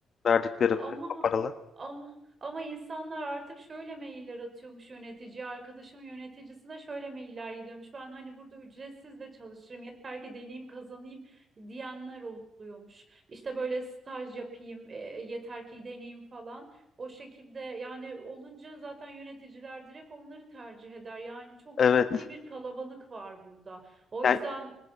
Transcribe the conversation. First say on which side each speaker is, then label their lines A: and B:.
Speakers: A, on the left; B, on the right.
A: verdikleri
B: Ama
A: paralar.
B: ama ama insanlar artık şöyle mailler atıyormuş yöneticiye. Arkadaşım yöneticisine şöyle mailler gidiyormuş. Ben hani burada ücretsiz de çalışırım yeter ki deneyim kazanayım diyenler oluyormuş. İşte böyle staj yapayım e, yeter ki deneyim falan. O şekilde yani olunca zaten yöneticiler direkt onları tercih eder. Yani çok
A: Evet.
B: ciddi bir kalabalık var burada. O
A: Yani
B: yüzden